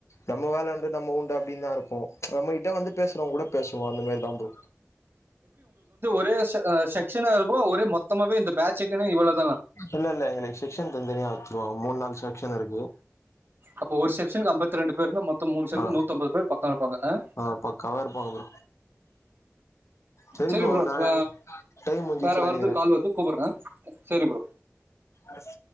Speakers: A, on the left; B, on the right.
A: நம்ம வேலவுண்டு நம்ம உண்டு அப்டின்னுதா இருப்போ நம்மகிட்ட வந்து பேஸ்ரவுங்க கூட பேசுவோ அந்த மாரிதா ப்ரோ
B: பேஸ் அ செக்க்ஷனா இருக்கு ஒரே மொத்தமாவே இந்த பேட்சுக்குனு இவ்வளோ
A: இல்ல இல்ல எங்களுக்கு செக்க்ஷன் தனி தனியா வச்சருவாங்க மூணு நாலு செக்க்ஷன் இருக்கு
B: அப்போ ஒரு செக்க்ஷன்க்கு அம்பத் து இரண்டு பேருனா மொத்தம் மூணு சர்
A: ஆ
B: நூத்தம்பது பேர் பக்க இருப்பாங்க அ
A: ஆ பக்காவா இருப்பாங்க ப்ரோ சரி
B: செரி ப்ரோ
A: நானு
B: வ
A: டைம் முடிஞ்சிச்சு
B: வேற ஒர்க்கு
A: நெனைக்கிறே
B: கால் வருது கூப்பிடுறே செரி ப்ரோ
A: அஸ்